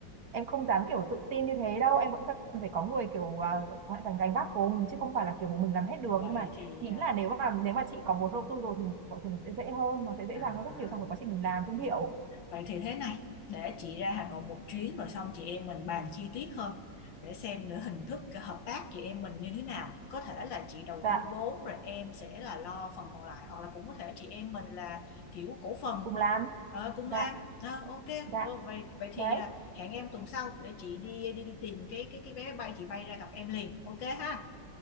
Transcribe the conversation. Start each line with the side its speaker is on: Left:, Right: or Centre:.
Right: em không dám kiểu tự tin như thế đâu em vẫn cần phải có người kiểu à, vẫn gánh gánh vác cùng chứ không phải là kiểu một mình làm hết được
Left: Vậy
Right: nhưng mà
Left: thì
Right: ý
Left: à,
Right: là nếu mà nếu mà chị có vốn đầu tư rồi thì thì nó sẽ dễ hơn nó sẽ dễ
Left: à,
Right: dàng hơn rất nhiều trong cái quá trình mình làm thương hiệu
Left: Vậy thì thế này, để chị ra Hà Nội một chuyến rồi xong chị em mình bàn chi tiết hơn để xem nữa hình thức cái hợp tác chị em mình như thế nào. Có thể là chị đầu
Right: dạ
Left: tư vốn rồi em sẽ là lo phần còn lại hoặc là cũng có thể chị em mình là kiểu cổ phần
Right: cùng làm
Left: ờ, cùng
Right: dạ
Left: làm. Ờ, ok,
Right: dạ
Left: Ờ, vậy vậy thì
Right: đấy
Left: à, hẹn em tuần sau để chị đi đi, đi tìm cái cái cái vé bay chị bay ra gặp em liền. Ok ha.